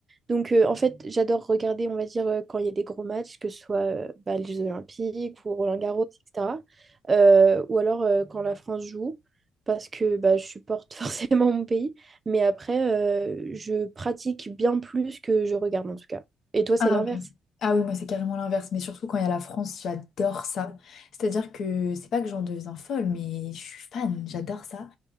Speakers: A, on the right; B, on the left.
A: Donc, euh, en fait, j'adore regarder, on va dire, euh, quand il y a des gros matchs, que ce soit euh, bah, les Jeux Olympiques ou Roland-Garros, etc. Euh, ou alors euh, quand la France joue, parce que bah, je supporte <laughs> forcément mon pays. Mais après, euh, je pratique bien plus que je regarde, en tout cas. Et toi, c'est
B: Ah,
A: l'inverse.
B: ok. Ah oui, moi c'est carrément l'inverse, mais surtout quand il y a la France, j'adore ça. C'est-à-dire que c'est pas que j'en deviens folle, mais je suis fan, j'adore ça.